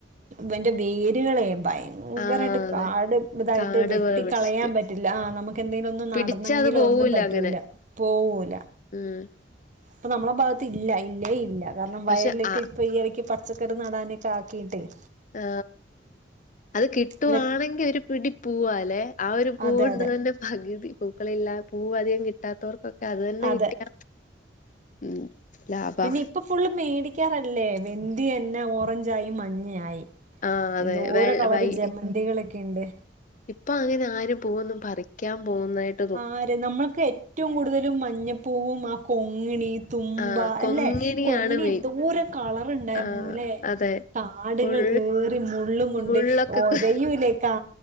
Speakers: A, on the right; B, on the left.
A: വെന്റെ വേര്കളെ ഭയ യങ്കരായിട്ട്
B: ആഹ് അതെ
A: കാട് ഇതായിട്ട്
B: കാട്
A: വെട്ടിക്കളയാൻ
B: പോലെ പിടിച്ചിട്ട്
A: പറ്റില്ല ആ നമ്മക്ക് എന്തെലും ഒന്ന്
B: പിടിച്ചാ
A: നടണെങ്കിലോ
B: അത് പോവൂല
A: ഒന്നും പറ്റ്
B: അങ്ങനെ
A: റ്റൂല പോവോൽ
B: ഉം
A: ഇപ്പ നമ്മള ഭാഗത്ത് ഇല്ല ഇല്ലേ ഇല്ല കാരണം
B: പക്ഷെ
A: വയലിലൊക്കെ
B: ആ
A: ഇപ്പ ഈ ഇടയ്ക്ക് പച് പച്ചക്കറി നടാനൊക്കെ ആക്കിട്ടേയ്
B: ആ അത് കിട്ടുവാണെങ്കി
A: അല്ല
B: ഒര് പിടി പൂവാ ലേ ആ ഒരു പൂവുണ്ട്
A: അതെ അതെ
B: ന്നുണ്ടേ പക് തി പൂക്കളില്ല പൂവ് അധികം കിട്ടാത്തവർക്കൊക്കെ ക്കെ അതന്നെ
A: അതെ
B: കിട്ടിയ ഉം ലാഭാ
A: പിന്നെ ഇപ്പൊ ഫുള്ള് മേടിക്കാറല്ലേ വെന്തി തന്നെ ഓറഞ്ചായി മഞ്ഞയായി
B: ആഹ് അതെ
A: എന്തോര
B: വെ
A: കളറ്
B: വൈ
A: ജമന്തികളൊക്കെ യ്ണ്ട്
B: ഇപ്പൊ അങ്ങനെ ആരും പൂവോന്നും പറിക്കാൻ പോക്ന്നായിട്ട്
A: ആര് നമ്മൾ ഒക്കേ ഏറ്റവും കൂട്തലും മഞ്ഞപ്പൂവും ആ കൊങ്ങിണി തുമ്പ
B: ആ കൊങ്ങിണിയാണ്
A: അല്ലെ കൊങ്ങിണി
B: മെയിൻ
A: എന്തോരം കളറ് ഇണ്ടായിരുന്നുലെ
B: ആ അതെ
A: താട്കൾ
B: ഫുൾ
A: കേറി മുള്ളും കൊണ്ട്
B: മുള്ളൊക്കെ
A: ഒരയൂലെ
B: കു-
A: കാ